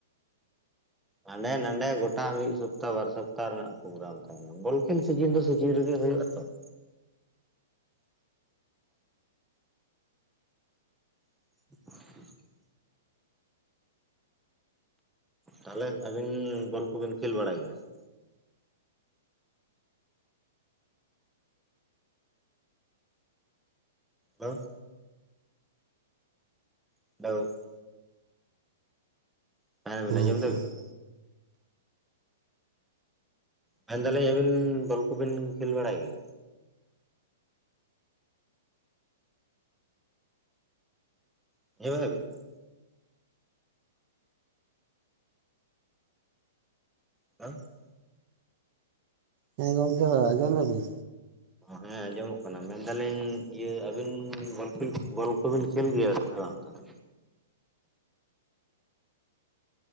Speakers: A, in the centre; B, on the right.
A: ᱦᱟᱸᱰᱮ ᱱᱟᱰᱮ ᱜᱚᱴᱟ ᱢᱤᱫ ᱥᱚᱯᱛᱟᱦᱚ ᱵᱟᱨ ᱥᱚᱯᱛᱟᱦᱚ ᱨᱮᱱᱟᱜ ᱯᱨᱳᱜᱨᱟᱢ ᱛᱟᱦᱮᱸ ᱱᱟ ᱾ ᱵᱚᱞ ᱠᱷᱮᱞ ᱥᱤᱡᱤᱱ ᱫᱚ ᱥᱤᱡᱤᱱ ᱨᱮᱜᱮ ᱦᱩᱭᱩᱜᱼᱟ ᱛᱚ ᱾ <unintelligible> ᱛᱟᱦᱚᱞᱮ ᱟᱹᱵᱤᱱ ᱵᱚᱞ ᱠᱚᱵᱤᱱ ᱠᱷᱮᱞ ᱵᱟᱲᱟᱭ ᱜᱮᱭᱟ ᱥᱮ? ᱮᱸ <inaudible> <unintelligible>
B: ᱦᱮᱸᱛᱚ
A: ᱢᱮᱱ ᱫᱟᱞᱤᱧ ᱟᱹᱵᱤᱱ ᱵᱚᱞ ᱠᱚᱵᱤᱱ ᱠᱷᱮᱞ ᱵᱟᱲᱟᱜ ᱜᱮᱭᱟ? <inaudible> <inaudible>
B: ᱦᱮᱸ ᱜᱚᱢᱠᱮ ᱟᱡᱚᱢ ᱫᱟᱵᱤᱱ?
A: ᱦᱮᱸ ᱟᱸᱡᱚᱢᱚᱜ ᱠᱟᱱᱟ ᱢᱮᱱ ᱫᱟᱞᱤᱧ ᱤᱭᱟᱹ ᱟᱹᱵᱤᱱ ᱵᱚᱞ ᱠᱷᱮᱞ ᱵᱚᱞ ᱠᱚᱵᱤᱱ ᱠᱷᱮᱞ ᱜᱮᱭᱟ ᱥᱮ ᱵᱟᱝ? ᱛᱟᱞᱮ